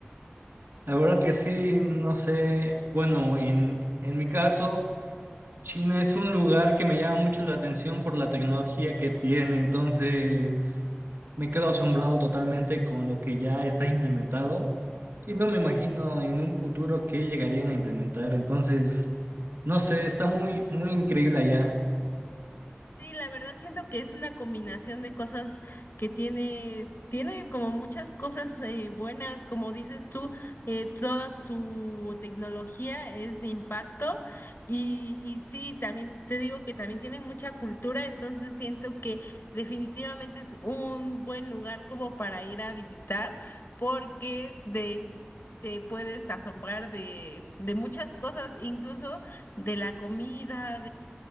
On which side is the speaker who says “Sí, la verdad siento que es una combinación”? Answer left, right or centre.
Left